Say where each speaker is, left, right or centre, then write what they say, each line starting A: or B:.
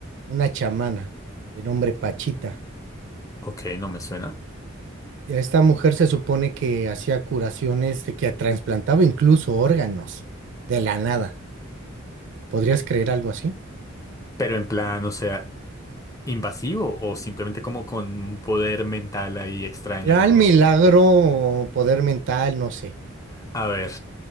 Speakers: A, on the right; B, on the left.
A: una chamana, de nombre Pachita.
B: Ok, no me suena.
A: Esta mujer se supone que hacía curaciones, de que trasplantaba incluso órganos de la nada. ¿Podrías creer algo así?
B: Pero en plan, o sea, invasivo o simplemente como con un poder mental ahí extraño.
A: Real milagro poder mental, no sé.
B: A ver,